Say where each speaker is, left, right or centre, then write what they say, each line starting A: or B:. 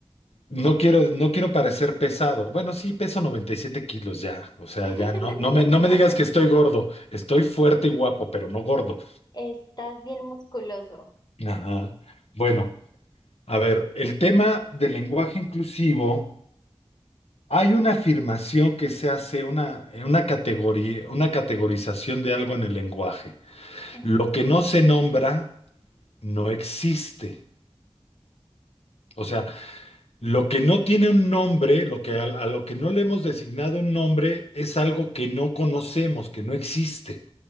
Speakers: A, on the left; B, on the left.
A: no quiero, no quiero parecer pesado. Bueno, sí, peso 97 kilos ya. O sea,
B: <laughs>
A: ya no, no me, no me digas que estoy gordo. Estoy fuerte y guapo, pero no gordo.
B: Estás bien musculoso.
A: Ajá. Bueno, a ver, el tema del lenguaje inclusivo, hay una afirmación que se hace, una, una categoría, una categorización de algo en el lenguaje.
B: Ajá,
A: Lo que no se nombra no existe. O sea, lo que no tiene un nombre, lo que a, a lo que no le hemos designado un nombre, es algo que no conocemos, que no existe.